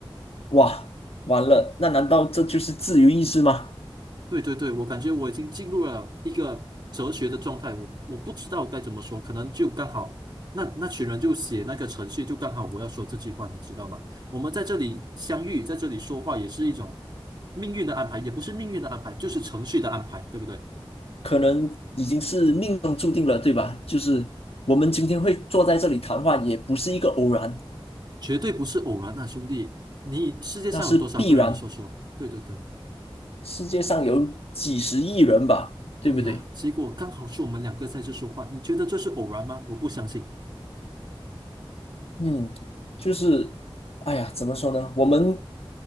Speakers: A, on the left; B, on the right.
A: 哇，完了，那难道这就是自由意志吗？
B: 对对对，我感觉我已经进入了一个哲学的状态，我我不知道该怎么说，可能就刚好那那群人就写那个程序，就刚好我要说这句话，你知道吗？我们在这里相遇，在这里说话，也是一种命运的安排，也不是命运的安排，就是程序的安排，对不对？
A: 可能已经是命中注定了，对吧？就是我们今天会坐在这里谈话，也不是一个偶然，
B: 绝对不是偶然啊，兄弟！你世界上有多少个人？
A: 那是必然。
B: 你说说。对对对，
A: 世界上有几十亿人吧，对不对？
B: 对呀，结果刚好是我们两个在这说话，你觉得这是偶然吗？我不相信。
A: 嗯，就是，哎呀，怎么说呢？我们